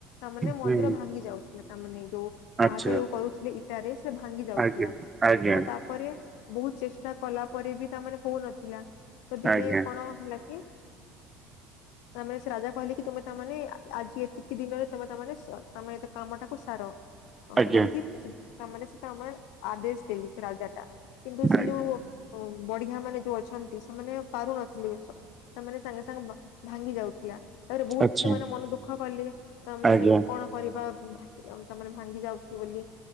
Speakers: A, on the left; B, on the right.
A: ତାମାନେ ମନ୍ଦିର
B: ହୁଁ
A: ଭାଙ୍ଗି ଯାଉଥିଲା ତାମାନେ ଯୋଉଁ ପାହାଚ
B: ଆଚ୍ଛା
A: ଯୋଉଁ କରୁଥିଲେ। ଇଟାରେ ସେ ଭାଙ୍ଗି ଯାଉଥିଲା
B: ଆଜ୍ଞା ଆଜ୍ଞା
A: ତ ତା। ପରେ ବହୁତ୍ ଚେଷ୍ଟା କଲା ପରେ ବି ତା ମାନେ ହୋଉନଥିଲା ତ ଦିନେ
B: ଆଜ୍ଞା
A: କଣ ହେଲା। କି।
B: <unintelligible>
A: ତା ମାନେ ସେ ରାଜା କହିଲେ କି ତୁମେ ତା ମାନେ ଆଜି ଏତିକି ଦିନରେ ତମେ ତା ମାନେ କାମ ଟାକୁ ସାର। ଅ
B: ଆଜ୍ଞା
A: ବଲକି ସୁ ସେ ତା ମାନେ ଆଦେଶ୍ ଦେଲେ ସେ ରାଜା। କିନ୍ତୁ ସେ
B: ଆଜ୍ଞା
A: ଯୋଉ ଉଁ। ବଢିଆ ମାନେ ଯୋଉ ଅଛନ୍ତି ସେମାନେ ପାରୁନଥିଲେ ସେମାନେ ସାଙ୍ଗେ ସାଙ୍ଗେ ଭାଙ୍ଗି ଯାଉ। ଥିଲା ତାପରେ ବହୁତ୍
B: ଆଚ୍ଛା
A: ସେମାନେ ମନ ଦୁଃଖ କଲେ ତା ମାନେ
B: ଆଜ୍ଞା
A: କଣ? କରିବା ଭାଙ୍ଗି ତା ମାନେ ଭାଙ୍ଗି ଯାଉଛି ବୋଲି